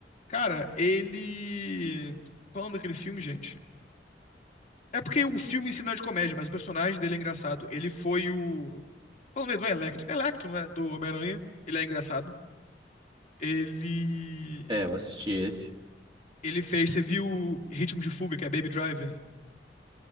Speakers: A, on the left (about 45°); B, on the right (about 25°).
A: Cara, ele. Qual é o nome daquele filme, gente? É porque o filme em si não é de comédia, mas o personagem dele é engraçado. Ele foi o. Qual é o nome dele? Não é Electro. É Electro, né? Do Homem-Aranha. Ele é engraçado. Ele.
B: É, eu assisti esse.
A: Ele fez. Você viu Ritmo de Fuga, que é Baby Driver?